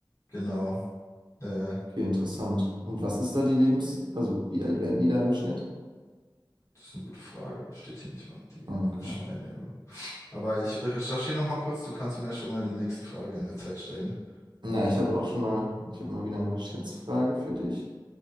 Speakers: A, on the left (about 40°); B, on the right (about 65°).
A: Genau. Äh,
B: okay, interessant. Und was ist da die Lebens... Also wie alt werden die da im Schnitt?
A: das ist eine gute Frage. Steht hier nicht mal. Die
B: Ah, Okay.
A: Schweine, Junge. Aber ich recherchiere noch mal kurz. Du kannst mir ja schon mal die nächste Frage in der Zeit stellen.
B: Na, ich habe auch schon mal, ich habe mal wieder eine Schätzfrage für dich.